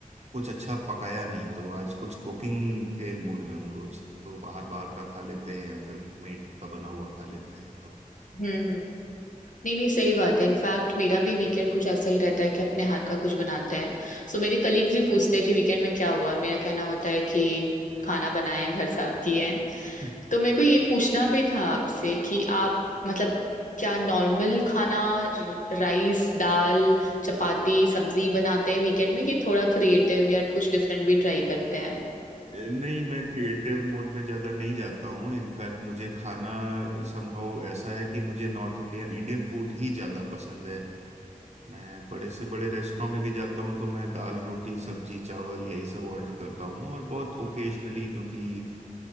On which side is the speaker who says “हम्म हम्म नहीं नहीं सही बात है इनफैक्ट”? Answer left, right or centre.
Left